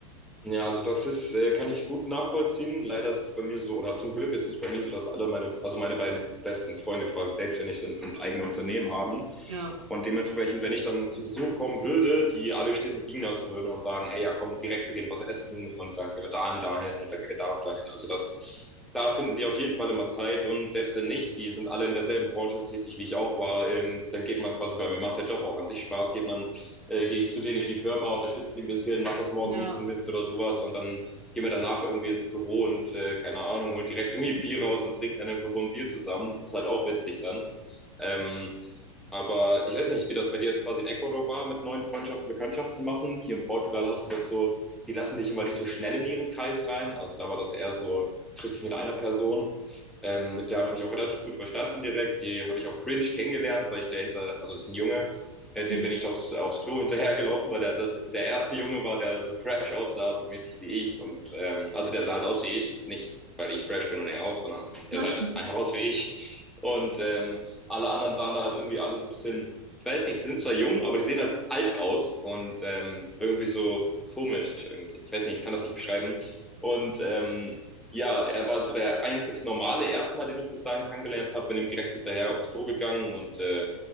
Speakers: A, in the centre; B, on the right (about 70°).
A: Ja, also das ist, äh, kann ich gut nachvollziehen. Leider ist es bei mir so, oder zum Glück ist es bei mir so, dass alle meine, also meine beiden besten Freunde quasi selbstständig sind und eigene Unternehmen haben.
B: Ja,
A: Und dementsprechend, wenn ich dann zu Besuch kommen würde, die alle stehen und liegen lassen würden und sagen, hey, ja, komm, direkt, wir gehen was essen und dann gehen wir dahin, dahin und dann gehen wir da und dahin. Also das, da finden die auf jeden Fall immer Zeit und selbst wenn nicht, die sind alle in derselben Branche tätig, wie ich auch war, ähm, dann geht man quasi, weil mir macht der Job auch an sich Spaß, geht man äh, gehe ich zu denen in die Firma, unterstütze die ein bisschen, mache das Morgen-Meeting
B: ja.
A: mit oder sowas und dann gehen wir danach irgendwie ins Büro und äh, keine Ahnung, holen direkt irgendwie ein Bier raus und trinken dann im Büro ein Bier zusammen. Ist halt auch witzig dann. Ähm, aber ich weiß nicht, wie das bei dir jetzt quasi in Ecuador war, mit neuen Freundschaften, Bekanntschaften machen. Hier in Portugal hast du das so, die lassen dich immer nicht so schnell in ihren Kreis rein. Also da war das eher so, du triffst dich mit einer Person. Ähm, mit der habe ich mich auch relativ gut verstanden direkt. Die habe ich auch cringe kennengelernt, weil ich dahinter, also es ist ein Junge, äh, dem
B: Mhm.
A: bin ich aufs, aufs Klo hinterhergelaufen, weil der, das, der erste Junge war, der so fresh aussah, so mäßig wie ich. Und ähm, also der sah halt aus wie ich. Nicht, weil ich fresh bin und er auch, sondern
B: <laughs>
A: der sah halt einfach aus wie ich. Und ähm, alle anderen sahen da halt irgendwie alles ein bisschen, ich weiß nicht, sie sind zwar jung, aber die sehen halt alt aus und ähm, irgendwie so komisch irgendwie. Ich weiß nicht, ich kann das nicht beschreiben. Und ähm, ja, er war so der einzig normale erste Mal, den ich bis dahin kennengelernt habe, bin ihm direkt hinterher aufs Klo gegangen und äh,